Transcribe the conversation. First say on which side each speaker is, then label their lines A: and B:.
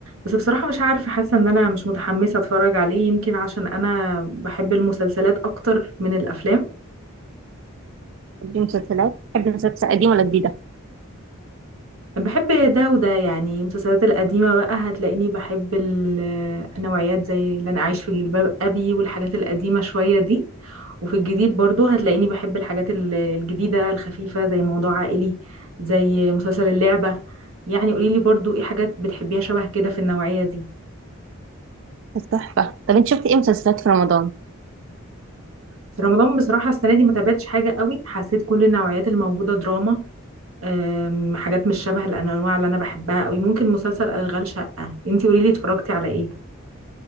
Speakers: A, on the right; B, on the right.
A: بس بصراحه مش عارفه حاسه ان انا مش متحمسه اتفرج عليه يمكن عشان انا بحب المسلسلات اكتر من الافلام
B: دي مسلسلات بحب المسلسلات قديمة ولا جديدة؟
A: بحب ده وده يعني المسلسلات القديمة بقى هتلاقيني بحب ال- النوعيات زي اللي أنا أعيش في جلباب أبي والحاجات القديمة شوية دي وفي الجديد برضو هتلاقيني بحب الحاجات ال- الجديدة الخفيفة زي موضوع عائلي زي مسلسل اللعبة يعني قوليلي برضو ايه حاجات بتحبيها شبه كده في النوعية دي
B: بس تحفة طب انت شفت ايه مسلسلات في رمضان؟
A: في رمضان بصراحة السنة دي ما تابعتش حاجة قوي حسيت كل النوعيات الموجودة دراما أم، حاجات مش شبه الأنواع اللي أنا بحبها قوي ممكن مسلسل أشغال شقة انتي قوليلي اتفرجتي على ايه